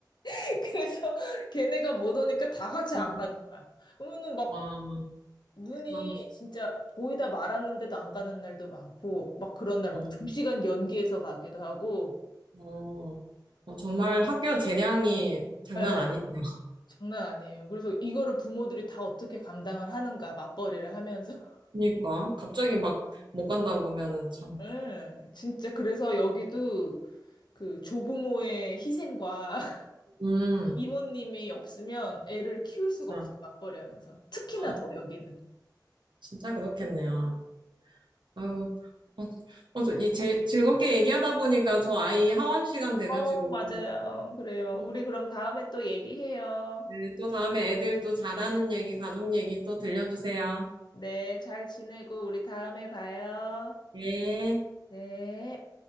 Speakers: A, on the left; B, on the right.
A: <laughs> 그래서 걔네가 못 오니까 다 같이
B: 어,
A: 안 가는 거야. 그러면은 막
B: 와.
A: 눈이
B: 그런,
A: 진짜 보이다 말았는데도 안 가는 날도 많고 막 그런 날
B: 뭐,
A: 막 두 시간 연기해서 가기도 하고
B: 어, 어, 어, 정말 학교 재량이 장난
A: 예.
B: 아니네요.
A: 장난 아니에요. 그래서 이거를 부모들이 다 어떻게 감당을 하는가, 맞벌이를 하면서. <laughs>
B: 그러니까. 갑자기 막 못 간다고 그러면은 참.
A: 예, 진짜 그래서 여기도 그 조부모의 희생과 <laughs>
B: 음,
A: 이모님이 없으면 애를 키울 수가
B: 자,
A: 없어요, 맞벌이 하면서. 특히나
B: 아,
A: 더 여기는.
B: 진짜 그렇겠네요. 아유, 어, 어, 저, 이 제, 즐겁게 얘기하다 보니까 저 아이 하원 시간 돼가지고.
A: 어, 맞아요. 그래요.
B: 음,
A: 우리 그럼 다음에 또 얘기해요.
B: 네, 또 다음에 애들 또 잘하는 얘기, 가족 얘기 또 들려주세요.
A: 네, 잘 지내고 우리 다음에 봐요.
B: 네.
A: 네.